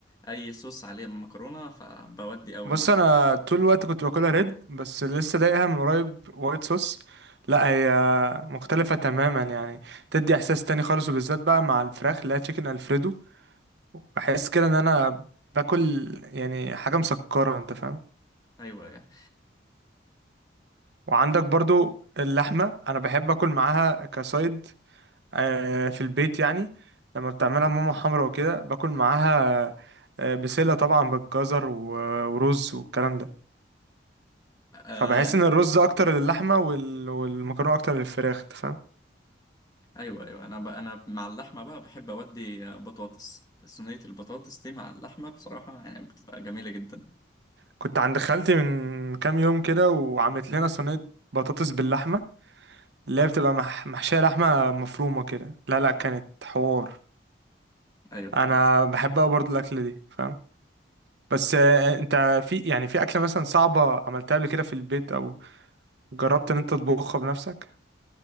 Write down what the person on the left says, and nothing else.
أي صوص عليه مكرونة فبودي قوي
معاه
أيوة
آه
لا.
ايوه ايوه انا ب... انا مع اللحمه بقى بحب اودي آه، بطاطس صينيه البطاطس دي مع اللحمه بصراحه يعني بتبقى جميله جدا
ايوه